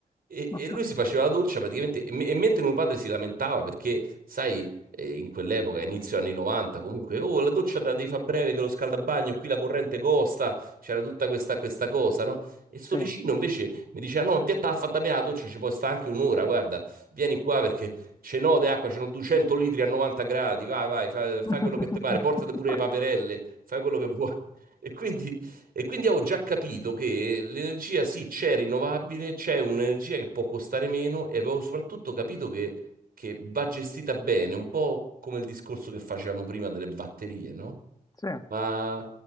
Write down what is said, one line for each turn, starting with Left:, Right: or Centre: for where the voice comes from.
Right: E,
Left: <laughs>
Right: e lui si faceva la doccia praticamente, e, me- e mentre mio padre si lamentava perché, sai, eh, in quell'epoca, inizio anni 90, comunque, oh, la doccia te la devi fare breve che lo scaldabagno, qui la corrente costa, c'era tutta questa, questa cosa, no? E sto
Left: sì.
Right: vicino invece mi diceva: No, ma via, t'ha fatta me la doccia, ci può sta anche un'ora. Guarda, vieni qua perché ce n'ho di acqua, ce n'ho 200 litri a 90 gradi. Vai, vai, fa- fai,
Left: <laughs>
Right: quello che ti pare, portate pure le paperelle, fai quello che vuoi. <laughs> E quindi, e quindi avevo già capito che l'energia sì c'è rinnovabile, c'è un'energia che può costare meno e avevo soprattutto capito che, che va gestita bene, un po' come il discorso che facevamo prima delle batterie, no?
Left: Sì,
Right: Ma,